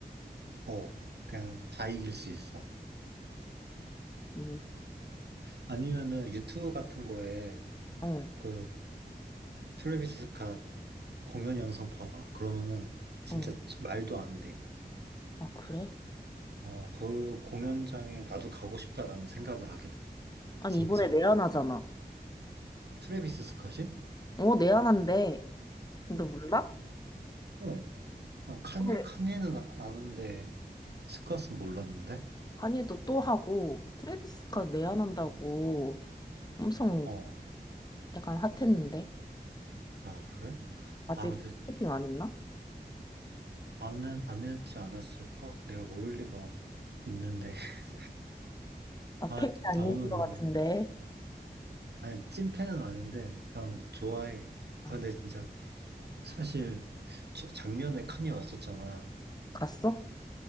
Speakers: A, on the right (about 75°); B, on the left (about 25°).
A: 어, 그냥 다 이길 수 있어.
B: 응,
A: 아니면은 유튜브 같은 거에
B: 응.
A: 그 트래비스 스캇 공연 영상 봐봐. 그러면은 진짜
B: 응.
A: 말도 안 돼.
B: 아, 그래?
A: 어, 그 공연장에 나도 가고 싶다라는 생각을 하게 돼.
B: 아니
A: 진짜.
B: 이번에 내한하잖아.
A: 트래비스 스캇이?
B: 어, 내한한대. 너
A: 어,
B: 몰라?
A: 어. 난 칸예,
B: 네.
A: 칸예는 아- 아는데, 스캇은 몰랐는데?
B: 카니도 또 하고 트래비스 스캇 내한한다고 엄청
A: 어.
B: 약간 핫했는데
A: 아, 그래?
B: 아직
A: 아, 근데
B: 패킹 안 했나?
A: 안, 했- 안 했지 않았을까? 내가 모를 리가 있는데. <laughs>
B: 아,
A: 아,
B: 패킹 아닌
A: 나오면은,
B: 것 같은데.
A: 아니, 찐팬은 아닌데, 그냥 좋아해.
B: 어,
A: 아, 근데 진짜, 사실, 저, 작년에 칸이 왔었잖아.
B: 갔어?